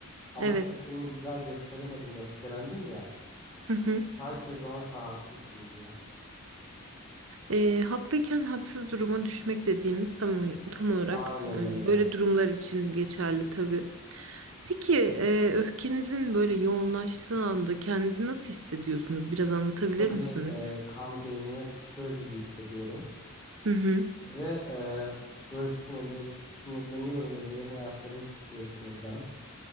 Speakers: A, on the left (about 15°); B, on the right (about 60°).
A: ama
B: evet.
A: tepkimi güzel gösteremedim. Öfkelendim ya.
B: Hı hı.
A: Herkes bana sen haksızsın diyor.
B: E, haklıyken haksız duruma düşmek dediğimiz tam o- tam olarak
A: Aynen
B: e,
A: öyle.
B: böyle durumlar için geçerli tabii. Peki e, öfkenizin böyle yoğunlaştığı anda kendinizi nasıl hissediyorsunuz? Biraz anlatabilir
A: Böyle
B: misiniz?
A: e, kan beynime sıçrıyor gibi hissediyorum.
B: Hı hı.
A: Ve e, böyle sinirler, sinirleniyorum. Ellerim ayaklarım titriyor sinirden.